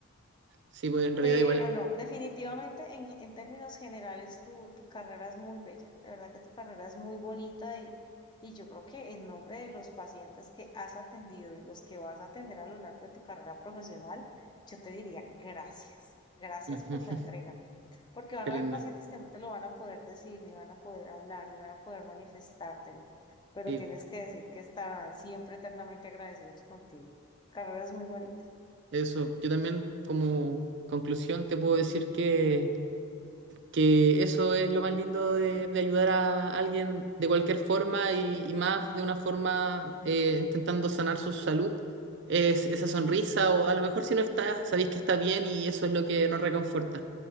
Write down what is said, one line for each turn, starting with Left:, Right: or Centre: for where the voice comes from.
Right: Sí, pues en realidad
Left: Pero
Right: igual es.
Left: no, definitivamente en, ge- en términos generales tu, tu carrera es muy bella, de verdad que tu carrera es muy bonita y, y yo creo que en nombre de los pacientes que has atendido y los que vas a atender a lo largo de tu carrera profesional, yo te diría gracias, gracias
Right: Ujú.
Left: por
Right: <laughs>
Left: la entrega. Porque van
Right: Qué
Left: a
Right: lindo.
Left: haber pacientes que no te lo van a poder decir, ni van a poder hablar, ni van a poder manifestártelo, pero
Right: Y
Left: tienes que decir que estarán siempre eternamente agradecidos contigo. Carreras muy bonitas.
Right: eso. Yo también, como conclusión, te puedo decir que, que eso es lo más lindo de, de ayudar a alguien de cualquier forma y, y más de una forma eh, intentando sanar su salud. Es esa sonrisa, o a lo mejor si no está, sabéis que está bien y eso es lo que nos reconforta.